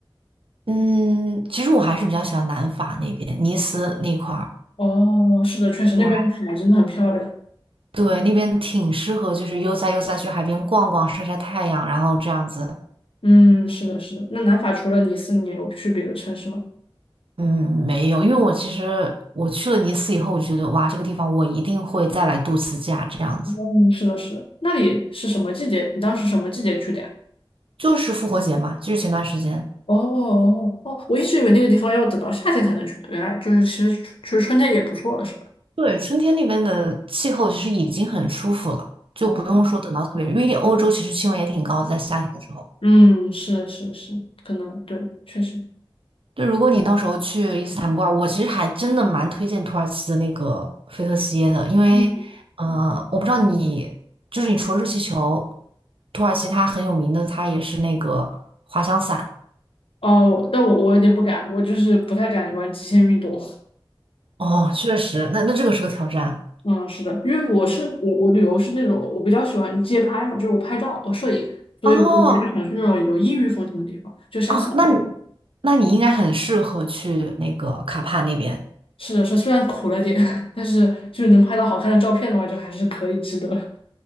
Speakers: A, on the right; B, on the left.
A: 嗯，其实我还是比较喜欢南法那边，尼斯那块儿，
B: 哦，是的，确实那边的海真的很漂亮。
A: 对，对，那边挺适合，就是悠哉悠哉去海边逛逛，晒晒太阳，然后这样子。
B: 嗯，是的，是的。那南法除了尼斯，你有去别的城市吗？
A: 嗯，没有，因为我其实我去了尼斯以后，我觉得哇，这个地方我一定会再来度次假，这样子。
B: 嗯，是的，是的。那里是什么季节？你当时什么季节去的呀？
A: 就是复活节嘛，就是前段时间。
B: 哦哦哦，我一直以为那个地方要等到夏天才能去呢，原来就是其实其实春天也不错了，是吧？
A: 对，春天那边的气候其实已经很舒服了，就不用说等到特别，
B: 哦，
A: 因为欧洲其实气温也挺高的，在夏天的时候。
B: 嗯，是是是，可能对，确实。
A: 就如果你到时候去伊斯坦布尔，我其实还真的蛮推荐土耳其的那个菲特西耶的，因为，
B: 嗯，
A: 呃，我不知道你，就是你除了热气球，土耳其它很有名的，它也是那个滑翔伞。
B: 哦，但我我有点不敢，我就是不太敢玩极限运动。
A: 哦，确实，那那这个是个挑战。
B: 嗯，是的，因为我是我我旅游是那种我比较喜欢街拍嘛，就是我拍照我摄影，所以我就比较想去那种有异域风情的地方，
A: 哦
B: 就想扫街。
A: 哦，那你那你应该很适合去那个卡帕那边。
B: 是的，是虽然苦了点，<laughs> 但是就是能拍到好看的照片的话，就还是可以值得。